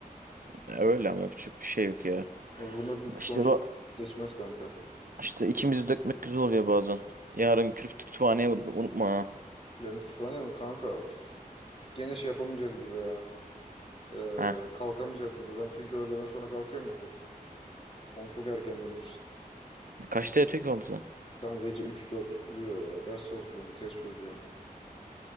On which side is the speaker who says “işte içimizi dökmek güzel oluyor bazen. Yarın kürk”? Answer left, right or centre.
Right